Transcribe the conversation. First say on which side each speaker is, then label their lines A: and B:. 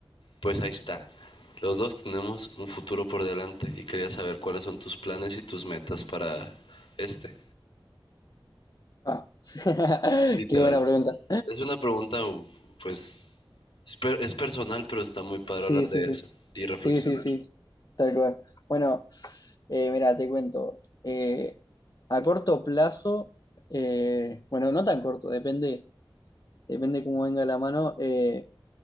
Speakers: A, on the left; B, on the left.
A: Pues ahí está. Los dos tenemos un futuro por delante y quería saber cuáles son tus planes y tus metas para este.
B: Ah. <laughs>
A: Literal.
B: Qué buena pregunta.
A: Es una pregunta, pues, es per- es personal, pero está muy padre
B: Sí,
A: hablar
B: sí,
A: de
B: sí.
A: eso y reflexionar.
B: Sí, sí, sí. Tal cual. Bueno, eh, mira, te cuento. Eh, a corto plazo, eh, bueno, no tan corto, depende, depende cómo venga la mano. eh,